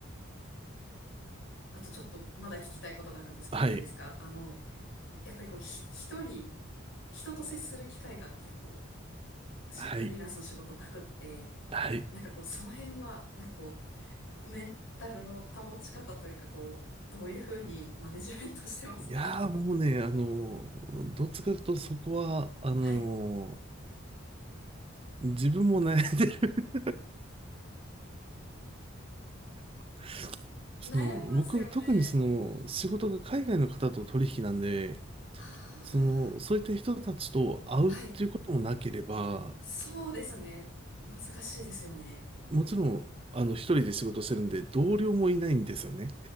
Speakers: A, on the left (about 65°); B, on the right (about 25°).
A: あとちょっとまだ聞きたいことがあるんですけどいいですかあの、
B: はい。
A: やっぱりこうひ一人、人と接する機会が結構しフリーランスの仕事なくって、
B: はい。はい。
A: なんかこうその辺は、なんかこう、メンタルの保ち方というかこう、どういうふうにマネジメントしてますか
B: いやーもうね、あのー、どっちかというとそこは、あの
A: はい。
B: ー、自分も悩んでる <laughs>
A: 悩みますよね。
B: その、僕は特にその、仕事が海外の方と取引なんで、
A: ああ、
B: その、そういった人たちと会うっていうこともなければ、
A: はい。そうですね。難しいですよね。
B: もちろん、あの、一人で仕事してるんで、同僚もいないんですよね。